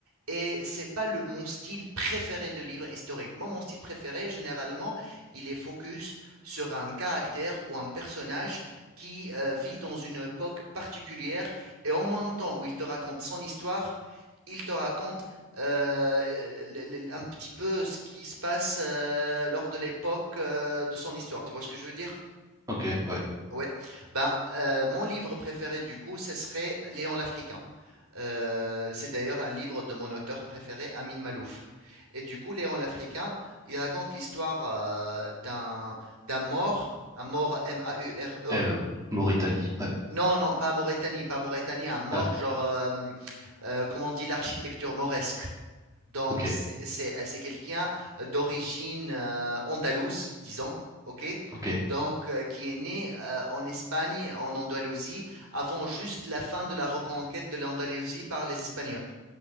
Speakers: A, on the right; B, on the right.
A: et c'est pas le mon style préféré de livre historique. Moi, mon style préféré, généralement, il est focus sur un caractère ou un personnage qui euh, vit dans une époque particulière et en même temps où il te raconte son histoire, il te raconte euh, le- le- un petit peu ce qui se passe euh, lors de l'époque euh, de son histoire. Tu vois ce que je veux dire?
B: ok, ouais.
A: Ouais. Ben, euh, mon livre préféré, du coup, ce serait Léon l'Africain. Euh, c'est d'ailleurs un livre de mon auteur préféré, Amin Malouf. Et du coup, Léon l'Africain, il raconte l'histoire euh, d'un d'un mort, un mort M-A-U-R-E.
B: Euh, Mauritanie, ouais.
A: Non, non, pas Mauritanie, pas Mauritanie, un mort
B: Ah, d-
A: genre, euh, euh, comment on dit, l'architecture mauresque. Donc,
B: ok,
A: c'est c'est- c'est quelqu'un d'origine euh, andalouse, disons, ok?
B: ok,
A: Donc, euh, qui est né euh, en Espagne, en Andalousie, avant juste la fin de la reconquête de l'Andalousie par les Espagnols.